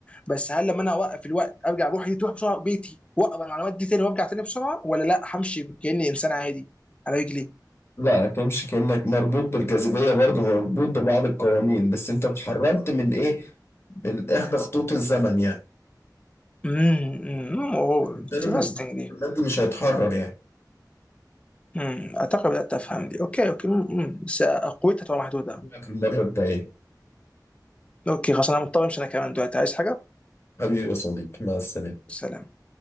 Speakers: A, on the left (about 15°); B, on the left (about 35°).
A: بس هل لما أنا أوقف الوقت أرجع روحي دي تروح بسرعة بيتي وأقرأ المعلومات دي تاني وأرجع تاني بسرعة ولا لأ همشي كأني إنسان عادي على رجلي؟
B: لا تمشي كأنك مربوط بالجاذبية برضه مربوط ببعض القوانين بس انت اتحررت من ايه من احدى خطوط الزمن يعني
A: امم امم
B: بالتالي
A: انترستنج
B: م- المادي مش هيتحرر يعني
A: امم اعتقد بدات افهم دي اوكي اوكي امم بس آه، قوتها تبقى محدوده
B: المرة الجاية
A: اوكي خلاص انا مضطر امشي انا كمان دلوقتي عايز حاجه
B: حبيبي يا صديقي مع السلامة
A: سلام